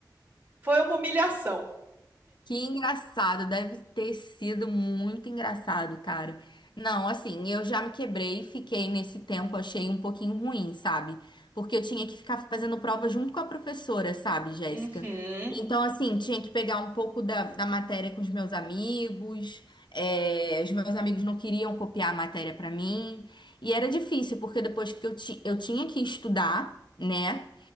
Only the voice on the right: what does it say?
Foi uma humilhação.
Uhum,